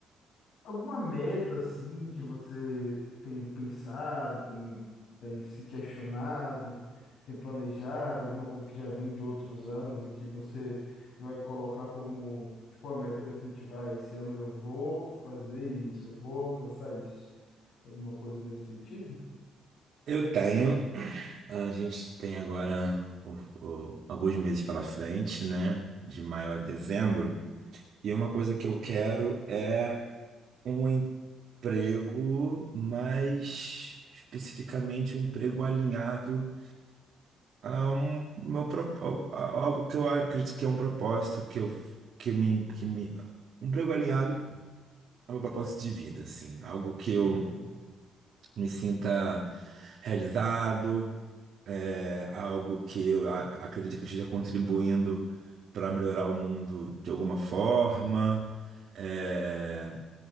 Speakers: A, on the left; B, on the right.
A: alguma meta assim que você tem pensado, tem tem se questionado, tem planejado alguma coisa que já vem de outros anos e que você vai colocar como tipo a meta definitiva, ah, esse ano eu vou fazer isso, eu vou alcançar isso. Tem alguma coisa nesse sentido?
B: Eu tenho, a gente tem agora o- o- alguns meses pela frente, né? De maio a dezembro. E uma coisa que eu quero é um emprego, mas especificamente um emprego alinhado a um meu pro- a- a- algo que eu acredito que é um propósito que eu que me que me um emprego alinhado é meu propósito de vida assim algo que eu
A: Boa.
B: me sinta realizado é algo que eu a- acredito que eu esteja contribuindo para melhorar o mundo de alguma forma é,